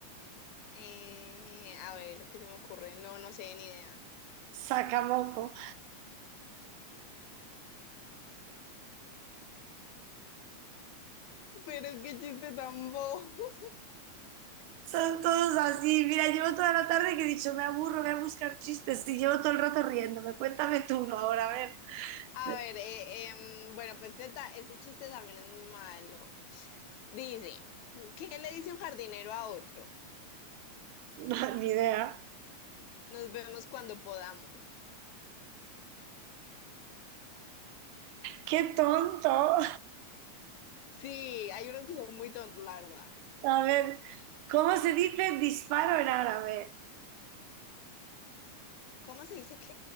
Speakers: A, on the left (about 75°); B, on the right (about 85°).
A: eh, a ver, ¿qué se me ocurre? No, no sé, ni idea.
B: Sakamoko.
A: Pero qué chiste tan bobo. <laughs>
B: Son todos así. Mira, llevo toda la tarde que he dicho, me aburro, voy a buscar chistes y llevo todo el rato riéndome. Cuéntame tú uno ahora, a ver.
A: A
B: <laughs>
A: ver, eh, em, bueno, pues este, ta- este chiste también es muy malo. Dice, ¿qué le dice un jardinero a otro?
B: No, ni idea.
A: Nos vemos cuando podamos.
B: ¡Qué tonto!
A: Sí, hay unos que son muy tontos, la verdad.
B: A ver, ¿cómo se dice disparo en árabe?
A: ¿Cómo se dice qué?